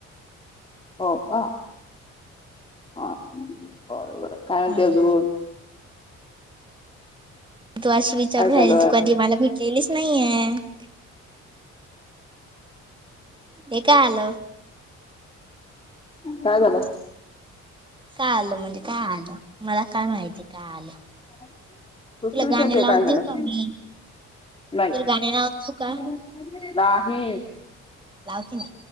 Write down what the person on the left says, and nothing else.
हो का हां बरोबर काय म्हंणते
अजून.
काय चालू
आहे
काय झालं
ह <unintelligible> नुसत
विचारते
काय झालं
नाही
<unintelligible>
नाही.